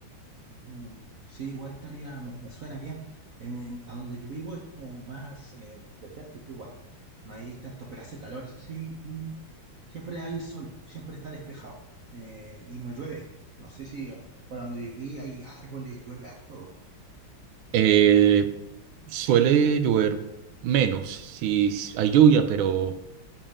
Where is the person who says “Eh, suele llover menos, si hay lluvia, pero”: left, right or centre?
Right